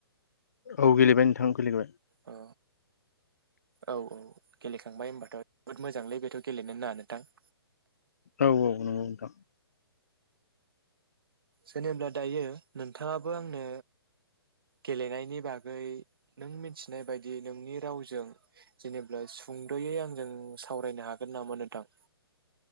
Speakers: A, on the left (about 40°); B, on the right (about 60°).
A: औ गेलेबाय नोंथां गेलेबाय।
B: औ औ औ गेलेखांबाय होनोमबाथ' जोबोद मोजांलै बेथ' गेलेनोना ना नोंथां?
A: औ औ नंगौ नोंथां
B: जेनेब्ला दायो नोंथाङाबो आंनो गेलेनायनि बागै नों मिनथिनाय बायदियै नोंनि रावजों जेनेबा सुद'यै आंजों सावरायनो हा हागोन नामा नोथां?